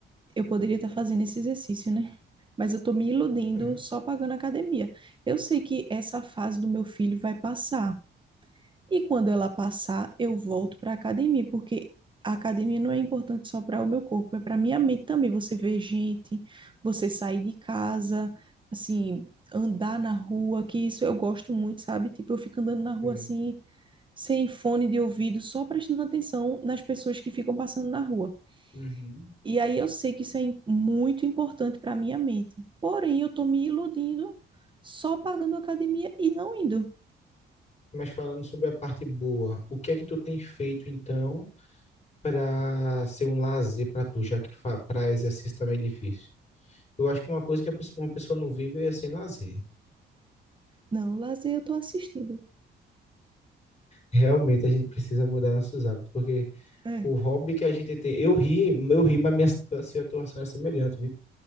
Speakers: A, on the right (about 25°); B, on the left (about 35°).
A: eu poderia estar fazendo esse exercício, né? Mas eu estou me iludindo
B: É,
A: só pagando academia. Eu sei que essa fase do meu filho vai passar. E quando ela passar, eu volto para academia, porque a academia não é importante só para o meu corpo, é para minha mente também. Você vê gente, você sair de casa, assim, andar na rua, que isso eu gosto muito, sabe? Tipo, eu fico andando na rua
B: sei.
A: assim, sem fone de ouvido, só prestando atenção nas pessoas que ficam passando na rua.
B: Uhum.
A: E aí eu sei que isso é im- muito importante para minha mente. Porém, eu estou me iludindo só pagando academia e não indo.
B: Mas falando sobre a parte boa, o que é que tu tem feito então para ser um lazer para tu, já que para exercício tá meio difícil? Eu acho que uma coisa que a pessoa- uma pessoa não vive é sem lazer.
A: Não, lazer eu estou assistindo.
B: Realmente a gente precisa mudar nossos hábitos, porque
A: É,
B: o hobby que a gente tem, eu ri, eu ri, mas minha situação, situação é semelhante,